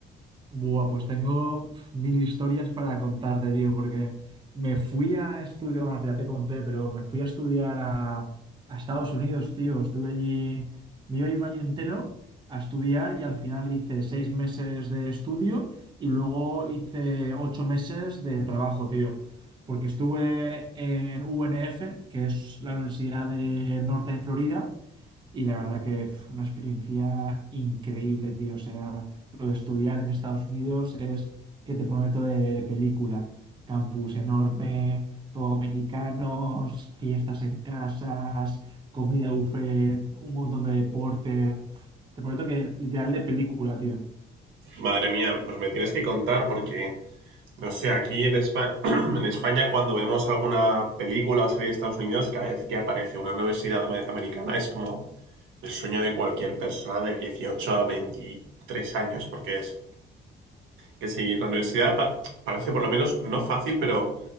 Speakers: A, on the right; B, on the right.
A: Buah, pues tengo pf, mil historias para contarte, tío, porque me fui a estudiar, bueno, ya te conté, pero me fui a estudiar a, a Estados Unidos, tío. Estuve allí, me iba a ir un año entero a estudiar y al final hice seis meses de estudio y luego hice ocho meses de trabajo, tío. Porque estuve en UNF, que es la Universidad de Norte de Florida, y la verdad que fue una experiencia increíble, tío. O sea, lo de estudiar en Estados Unidos es que te prometo de película. Campus enorme, todo americanos, fiestas en casas, comida buffet, un montón de deporte. Pf, Te prometo que literal de película, tío.
B: Madre mía, pues me tienes que contar porque, no sé, aquí en España, <clears throat> en España cuando vemos alguna película o serie de Estados Unidos, cada vez que aparece una universidad ame- americana es como... el sueño de cualquier persona de 18 a 23 años, porque es que si la universidad pa- parece por lo menos no fácil, pero